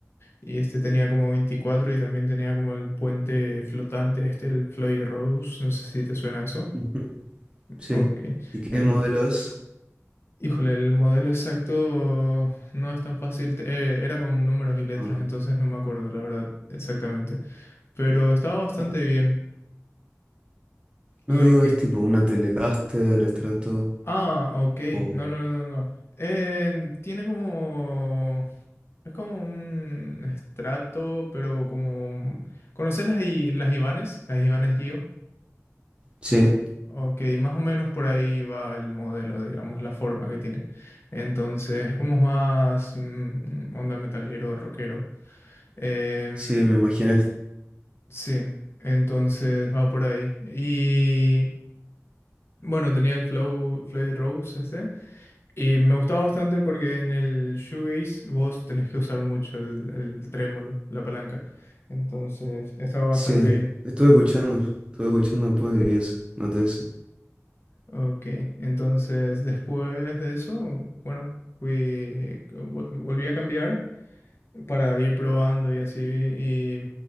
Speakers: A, on the left; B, on the right.
A: Y este tenía como 24 y también tenía como el puente flotante, este, el Floyd Rose, no sé si te suena eso.
B: Ujú, Sí.
A: Ok.
B: ¿Y qué
A: Eh,
B: modelo es?
A: híjole, el modelo exacto no es tan fácil, te- eh, era con números y letras,
B: Ah,
A: entonces no me acuerdo la verdad exactamente pero estaba bastante
B: ah,
A: bien. Lo
B: no digo
A: que
B: es tipo una Telecaster, Strato
A: Ah, ok.
B: o...
A: No, no, no, no, no. Em, tiene como... Es como un estrato, pero como... ¿Conoces las, I- las Ivanes? Las Ivanes Gio.
B: Sí,
A: Ok, más o menos por ahí va el modelo, digamos, la forma que tiene. Entonces, es como más mm, onda metalero, rockero. Em,
B: sí, me imaginé.
A: sí, entonces va por ahí. Y bueno, tenía el Flow, Floyd Rose este. Y me gustaba bastante porque en el shoegaze vos tenés que usar mucho el, el trémolo, la palanca. Entonces, estaba bastante
B: Sí,
A: bien.
B: estuve escuchando, estuve escuchando después y eso, noté eso.
A: Ok, entonces después de eso, bueno, fui, vol- volví a cambiar para ir probando y así. Y